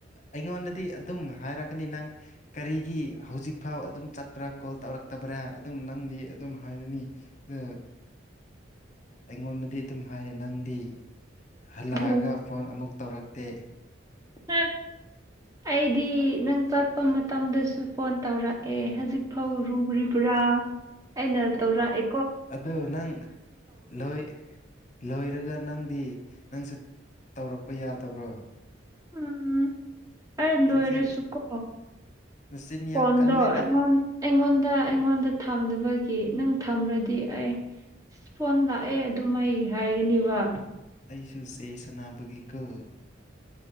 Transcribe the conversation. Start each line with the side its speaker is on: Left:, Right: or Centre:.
Left: ꯑꯩꯉꯣꯟꯗꯗꯤ ꯑꯗꯨꯝ ꯍꯥꯏꯔꯛꯀꯅꯤ ꯅꯪ ꯀꯔꯤꯒꯤ ꯍꯧꯖꯤꯛ ꯐꯥꯎ ꯑꯗꯨꯝ ꯆꯠꯄ꯭ꯔꯥ ꯀꯣꯜ ꯇꯧꯔꯛ ꯇꯕ꯭ꯔꯥ ꯑꯗꯨꯝ ꯅꯪꯗꯤ ꯑꯗꯨꯝ ꯍꯥꯏꯔꯅꯤ ꯗꯣ ꯑꯩꯉꯣꯟꯗꯗꯤ ꯑꯗꯨꯝ ꯍꯥꯏ ꯅꯪꯗꯤ ꯍꯜꯂꯥꯑꯒ
Right: ꯑꯣ
Left: ꯐꯣꯟ ꯑꯃꯨꯛ ꯇꯧꯔꯛ ꯇꯦ
Right: <unintelligible> ꯑꯩꯗꯤ ꯅꯪ ꯆꯠꯄ ꯃꯇꯝꯗꯁꯨ ꯐꯣꯟ ꯇꯧꯔꯛꯑꯦ ꯍꯧꯖꯤꯛ ꯐꯧ ꯔꯨꯔꯤꯕ꯭ꯔꯥ ꯑꯩꯅ ꯇꯧꯔꯛꯑꯦ
Left: ꯑꯗꯨ ꯅꯪ ꯂꯣꯏ ꯂꯣꯏꯔꯒ ꯅꯪꯗꯤ ꯅꯪꯁꯨ ꯇꯧꯔꯛꯄ ꯌꯥꯗꯕ꯭ꯔꯣ
Right: ꯎꯝ ꯑꯩ
Left: ꯅꯪꯁꯦ
Right: ꯂꯣꯏꯔꯁꯨꯀꯣ
Left: ꯅꯆꯤꯟ
Right: ꯐꯣꯟꯗꯣ
Left: ꯌꯥꯝ ꯀꯜꯂꯦꯗ
Right: ꯑꯩꯉꯣꯟ ꯑꯩꯉꯣꯟꯗ ꯑꯩꯉꯣꯟꯗ ꯊꯝꯗꯕꯒꯤ ꯅꯪ ꯊꯝꯔꯗꯤ ꯑꯩ ꯐꯣꯟ ꯂꯥꯛꯑꯦ ꯑꯗꯨꯝ ꯑꯩ ꯍꯥꯏꯒꯅꯦꯕꯥ
Left: ꯑꯩꯁꯨ ꯆꯦ ꯁꯥꯅꯕꯒꯤ ꯀꯣ